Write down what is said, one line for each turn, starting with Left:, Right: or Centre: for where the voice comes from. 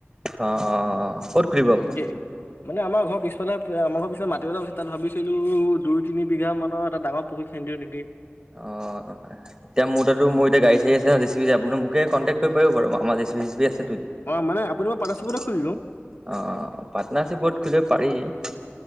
Right: অ ক'ত খুলিব আপুনি
Left: <inaudible> কি, মানে আমাৰ ঘৰৰ পিছফালে আমাৰ ঘৰৰ <unintelligible> তাত ভাবিছিলো দুই তিনি বিঘা মানৰ এটা ডাঙৰ পুুৰী খান্দিও নেকি?
Right: অ', এতিয়া মোৰ তাটো মোৰ এতিয়া গাড়ী-চাৰি আছে জে চি পি আপুনি মোকে কণ্টেক কৰিব পাৰিব বাৰু আমাৰ J C B - J C P আছে।
Left: অ মানে আপুনি মই পাৰ্টনাৰশ্বিপতে
Right: <unintelligible>
Left: খুলিলো
Right: অহ, পাৰ্টনাৰশ্বিপত খুলিব পাৰি। <inaudible>